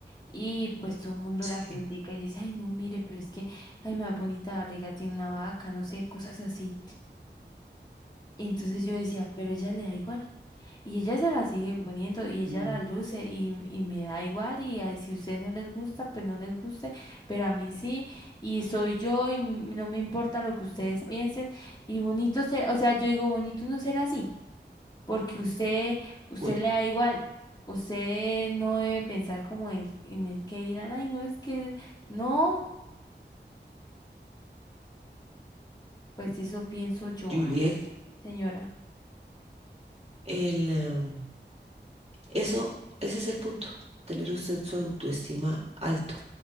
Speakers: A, on the left; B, on the right.
A: y pues todo el mundo
B: Sí.
A: la critica y dice, ay no, mire, pero es que, ay, más bonita barriga tiene una vaca, no sé, cosas así. Y entonces yo decía, pero ella le da igual. Y ella se la sigue poniendo y ella
B: Mm.
A: la luce y, y me da igual y ay, si a usted no les gusta, pues no les guste, pero a mí sí y soy yo y m- no me importa lo que ustedes piensen y bonito ser, o sea, yo digo bonito no ser así, porque usted, usted
B: Bueno,
A: le da igual, usted no debe pensar como el, en el que dirán, ay, no es que, no, pues eso pienso yo,
B: Juliet.
A: Ay, señora,
B: El, em, eso, ese es el punto, tener usted su autoestima alto,